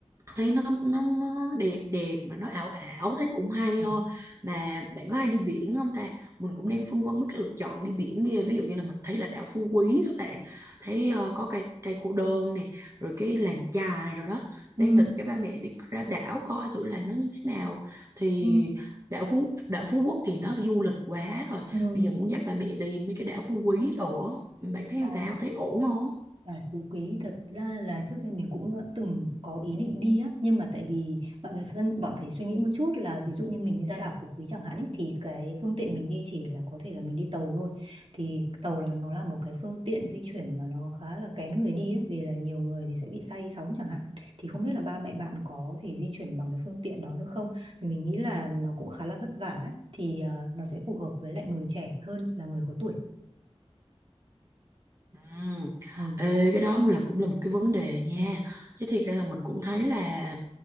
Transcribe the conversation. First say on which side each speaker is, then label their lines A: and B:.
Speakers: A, on the right (about 30°); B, on the right (about 60°).
A: thấy nó nó nó nó đẹp đẹp mà nó ảo ảo thấy cũng hay
B: ừ
A: ho mà bạn có hay đi biển không ta mình cũng đang phân vân mấy cái lựa chọn đi biển kia ví dụ như là mình thấy là đảo Phú Quý các bạn thấy ờ, có cây cây cô đơn nè rồi cái làng chài rồi đó
B: ừ
A: đang định cho ba mẹ đi ra đảo coi thử là nó như thế nào thì
B: ừ,
A: đảo Phú đảo Phú Quốc thì nó du lịch quá rồi
B: ừ.
A: bây giờ muốn dắt ba mẹ đi mấy cái đảo Phú Quý đồ á. bạn thấy
B: Ờ.
A: sao thấy ổn không
B: Đảo Phú Quý thật ra là trước đây mình cũng đã từng có ý định đi á nhưng mà tại vì bạn phải phân- bạn phải suy nghĩ một chút là ví dụ như mình đi ra đảo Phú Quý chẳng hạn ấy, thì cái phương tiện mình đi chỉ là có thể là mình đi tàu thôi thì tàu là nó là một cái phương tiện di chuyển mà nó khá là kén người đi ấy, vì là nhiều người thì sẽ bị say sóng chẳng hạn thì không biết là ba mẹ bạn có thể di chuyển bằng cái phương tiện đó được không Vì mình nghĩ là nó cũng khá là vất vả ấy, thì ờ, nó sẽ phù hợp với lại người trẻ hơn là người có tuổi
A: Ừm,
B: ừ.
A: Ê, cái đó là cũng là một cái vấn đề nha
B: Ừ.
A: chứ thiệt ra là mình cũng thấy là